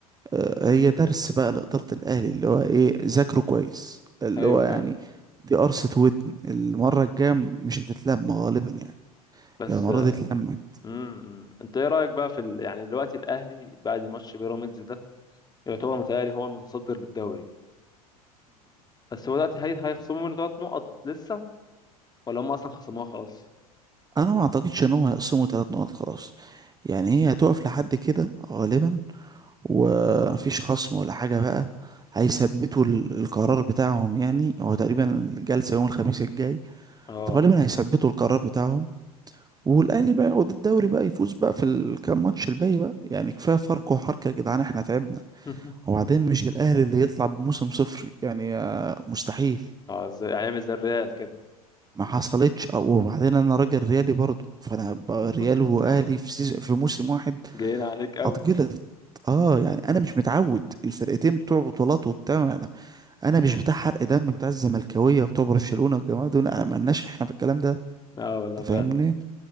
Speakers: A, on the right; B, on the left.
A: آه هي درس بقى لإدارة الأهلي اللي هو إيه ذاكره كويس اللي
B: ايوه
A: هو
B: فعلا
A: يعني دي قرصة ودن المرة الجاية مش هتتلم غالبا يعني
B: بس
A: هي المرة دي اتلمت
B: امم انت ايه رايك بقى في ال... يعني دلوقتي الاهلي بعد ماتش بيراميدز ده يعتبر متهيألي هو المتصدر للدوري بس هو دلوقتي هي... هيخصموا منه ثلاث نقط لسه ولا هم اصلا خصموها خلاص
A: انا ما اعتقدش ان هم هيقسموا ثلاث نقط خلاص يعني هي هتقف لحد كده غالبا ومفيش خصم ولا حاجة بقى هيثبتوا ال- القرار بتاعهم يعني هو تقريبا الجلسة يوم الخميس الجاي
B: اه
A: فغالبا هيثبتوا القرار بتاعهم والاهلي بقى ياخد الدوري بقى يفوز بقى في الكام ماتش الباقي بقى يعني كفايه فرق وحركه يا جدعان احنا تعبنا
B: <laughs>
A: وبعدين مش الاهلي اللي يطلع بموسم صفري يعني آه، مستحيل
B: اه ازاي هيعمل زي الريال كده
A: ما حصلتش أو- وبعدين انا راجل ريالي برضو فانا ب- ريال
B: <laughs>
A: واهلي في سيز... في موسم واحد
B: جايين عليك قوي
A: اتجلط
B: <laughs>
A: اه يعني انا مش متعود الفرقتين بتوع بطولات وبتاع انا انا مش بتاع حرق دم بتاع الزملكاويه وبتوع برشلونه والجماعه دول انا مالناش احنا في الكلام ده
B: اه
A: انت
B: والله فعلا
A: فاهمني